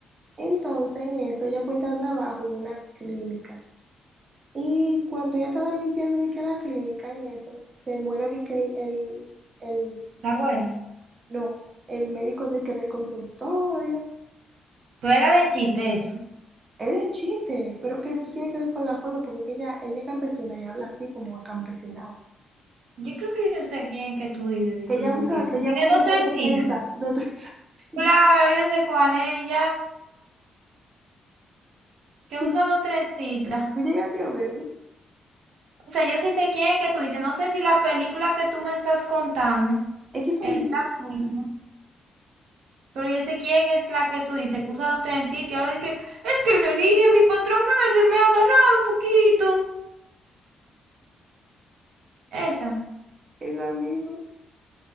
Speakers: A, on the right (about 30°); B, on the right (about 90°).
A: Entonces en eso ella encuentra trabajo en una clínica. Y cuando ella estaba limpiando de que la clínica en eso, se muere de que el, el, el-
B: La abuela.
A: no, el médico de que del consultorio.
B: Pero era de chiste eso.
A: Es de chiste, pero que tú tienes que ver con la forma, porque es que ella, ella es campesina y habla así como acampesinado.
B: Yo creo que yo sé quién que tú dices, si
A: Que
B: tú
A: Ella
B: supieras.
A: usa, ella
B: Tiene
A: usa de
B: dos trencitas.
A: de trenza, de trenza, <laughs> sí.
B: Claro, yo sé cuál es ella, que usa
A: Y
B: dos trencitas.
A: tú llegaste a verlo.
B: O sea, yo sí sé quién es que tú dices. No sé si la película que tú me estás contando
A: Es que son
B: es
A: muchas,
B: la misma. Pero yo sé quién es la que tú dices que usa dos trencitos y ahora de que es que le dije a mi patrón que me, se me agarrara un poquito. Esa.
A: esa misma.